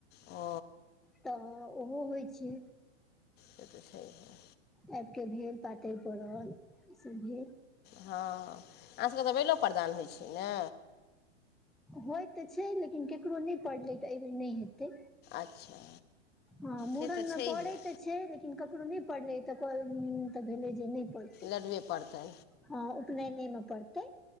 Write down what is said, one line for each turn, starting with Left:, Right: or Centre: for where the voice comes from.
Left: ओ
Centre: तऽ ओहो होइ छै
Left: त देख छै <unintelligible>
Centre: आबि के भेल पातरि पड़ल ई सब भेल
Left: हँ अहाँसभके तऽ बेलो प्रदान होइ छै ने
Centre: होय तऽ छै लेकिन केकरो नहि पढ़लै तऽ एहि बेर नहि हेतै
Left: अच्छा
Centre: हँ मुड़न
Left: से तऽ
Centre: मे
Left: छैहे
Centre: पड़े तऽ छै लेकिन ककरो नहि पढ़लै तऽ तऽ भेलै जे नहि पढ़तै
Left: लडवे पड़तै
Centre: हँ उपनयने मे पड़तै